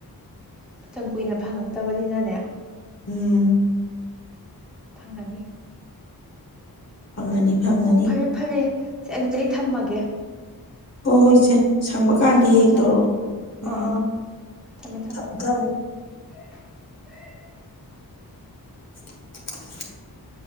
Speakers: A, in the centre; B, on the left.
A: ꯃꯇꯝ ꯀꯨꯏꯅ ꯐꯪꯉꯛꯇꯕꯅꯤꯅꯅꯦ
B: ꯎꯝ
A: ꯐꯪꯒꯅꯤ
B: ꯐꯪꯉꯅꯤ ꯐꯪꯉꯅꯤ
A: ꯑꯣ ꯐꯔꯦ ꯐꯔꯦ ꯁꯦ ꯑꯗꯨꯗꯤ ꯑꯩ ꯊꯝꯃꯒꯦ
B: ꯍꯣꯏ ꯍꯣꯏ ꯏꯆꯦ ꯁꯪꯕ
A: ꯎꯝ
B: ꯀꯥꯟꯗ
A: ꯊꯝꯃꯣ
B: ꯍꯦꯛ
A: ꯊꯝꯃꯣ
B: ꯇꯧꯔꯛꯎ ꯎꯝ
A: ꯑꯥ ꯑꯥ ꯊꯝꯃꯦ ꯊꯝꯃꯦ
B: ꯊꯝꯃꯨ ꯊꯝꯃꯨ
A: <unintelligible>
B: <inaudible>